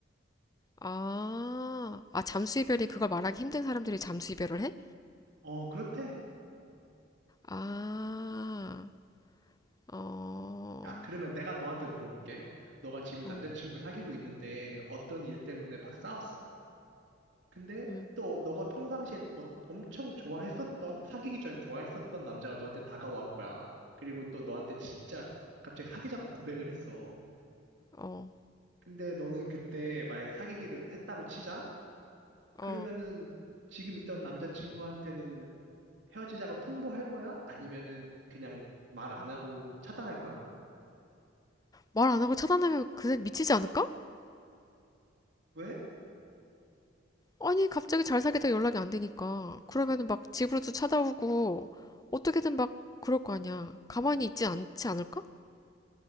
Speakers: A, on the left (about 20°); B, on the right (about 65°).
A: 아, 아, 잠수 이별이 그걸 말하기 힘든 사람들이 잠수 이별을 해?
B: 어, 그렇대.
A: 아, 어,
B: 아, 그러면 내가 너한테 물어볼게. 너가 지금
A: 어,
B: 남자친구를 사귀고 있는데 어떤 일 때문에 막 싸웠어. 근데
A: 음,
B: 또 너가 평상시에 어- 엄청 좋아했었던, 사귀기 전에 좋아했었던 남자가 너한테 다가온 거야. 그리고 또 너한테 진짜 갑자기 사귀자고 고백을 했어.
A: 어,
B: 근데 너는 그때 만약에 사귀기를 했다고 치자?
A: 어.
B: 그러면은 지금 있던 남자친구한테는 헤어지자고 통보할 거야? 아니면은 그냥 말 안 하고 차단할 거야?
A: 말 안 하고 차단하면 그새 미치지 않을까?
B: 왜?
A: 아니, 갑자기 잘 사귀다 연락이 안 되니까. 그러면은 막 집으로도 찾아오고, 어떻게든 막 그럴 거 아니야. 가만히 있지 않지 않을까?